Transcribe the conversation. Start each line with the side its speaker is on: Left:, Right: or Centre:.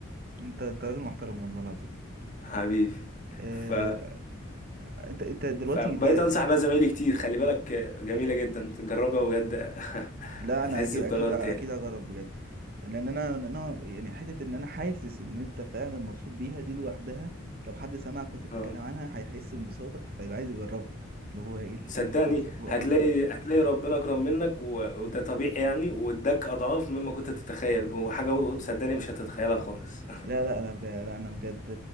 Right: انت انت راجل محترم والله العظيم
Left: حبيبي
Right: آه،
Left: ف
Right: انت انت دلوقتي
Left: فبقيت
Right: انت
Left: انصح بقى زمايلي كتير خلي بالك آه، جميله جدا جربها بجد <laughs>
Right: لا
Left: هتحس
Right: انا اكيد
Left: بتغير
Right: اكيد اكيد
Left: تاني
Right: هجرب بجد لان انا لأن انا يعني حته ان انا حاسس ان انت فعلا مبسوط بيها دي لوحدها لو حد سمعك وانت بتتكلم
Left: آه.
Right: عنها هيحس بانبساطك فيبقى عايز يجربها اللي هو ايه اللي
Left: صدقني
Right: إيه اللي بسطه
Left: هتلاقي
Right: قوي
Left: هتلاقي ربنا أكرم منك و... وده طبيعي يعني واداك أضعاف مما كنت تتخيل وحاجة صدقني مش هتتخيلها خالص
Right: لا لا انا ب... لا، انا بجد